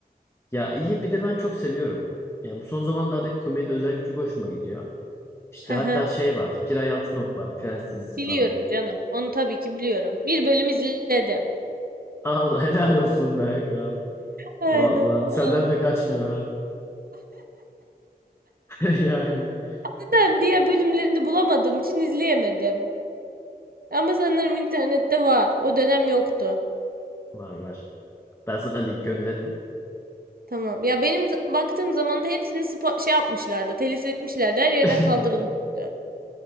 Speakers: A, on the left (about 15°); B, on the right (about 65°).
A: Ya iyi bir de ben çok seviyorum. Yani bu son zamanlardaki komedi özellikle çok hoşuma gidiyor. İşte
B: Hı
A: hatta
B: hı.
A: şey var. Giray Altınok var. Prens dizisi
B: Biliyorum
A: falan.
B: canım. Onu tabii ki biliyorum. Bir bölüm izledim.
A: <laughs> Allah helal olsun be kral.
B: Aynen.
A: Vallahi
B: Tamam.
A: senden de kaçmıyor ha. <laughs> Yani
B: Neden? <laughs> Diğer bölümlerini bulamadığım için izleyemedim. Ama sanırım internette var. O dönem yoktu.
A: var var. Ben sana link gönderirim.
B: Tamam. Ya benim z- baktığım zaman da hepsini spo- şey yapmışlardı. Telif etmişlerdi. Her yerden
A: <laughs>
B: kaldırılmıştı.